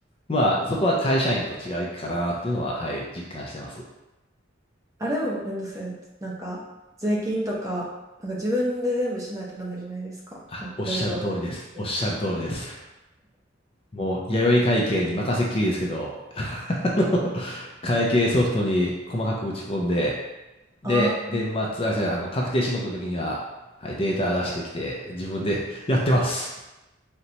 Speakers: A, on the left (about 30°); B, on the right (about 15°).
A: まあ、そこは会社員と違いかなっていうのは、はい、実感してます。
B: あれもめんどくさい。なんか、税金とか、なんか自分で全部しないとダメじゃないですか。
A: あ、
B: なんかいろいろ手続きとか。
A: おっしゃる通りです。おっしゃる通りです。もう、弥生会計に任せっきりですけど、<laughs> あの会計ソフトに細かく打ち込んで、
B: ああ。
A: で、年末、あ、じゃあ、あの、確定申告の時には、はい、データ出してきて、自分で <laughs> やってます。